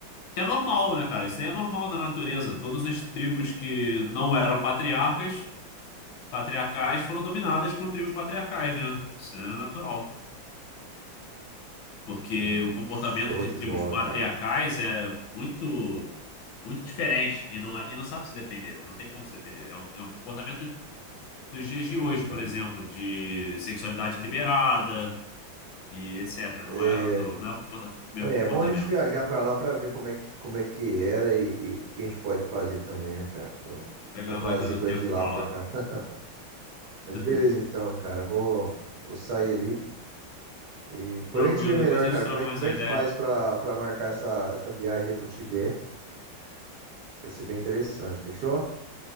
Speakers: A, on the left (about 75°); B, on the right (about 65°).
A: Que é normal, né, cara? Isso daí é normal da natureza. Todas as tribos que não eram patriarcas, patriarcais, foram dominadas por tribos patriarcais, né? Isso é natural. porque
B: Não,
A: o comportamento
B: show
A: de
B: de
A: tribos
B: bola,
A: matriarcais
B: cara.
A: é muito muito diferente e não é- e não sabe se defender, não tem como se defender. É um, é um comportamento dos dias de hoje,
B: Aham.
A: por exemplo, de sexualidade liberada e etc. Não
B: É,
A: é do, não é o comporta- mesmo
B: é
A: comportamento.
B: é bom a gente viajar pra lá pra ver como é que, como é que era e, e o que a gente pode fazer também, né, cara? Com,
A: Vou pegar
B: pra trazer
A: a máquina do
B: coisas
A: tempo
B: de lá
A: pra
B: pra
A: lá.
B: cá. <laughs> Mas
A: <laughs>
B: beleza, então, cara. Vou, vou sair ali. E depois
A: Tranquilo,
B: a gente vê melhor,
A: depois a
B: cara,
A: gente troca
B: como é,
A: mais
B: como
A: uma
B: é que
A: ideia.
B: faz pra, pra marcar essa, essa viagem aí pro Tibete. Vai ser bem interessante, fechou?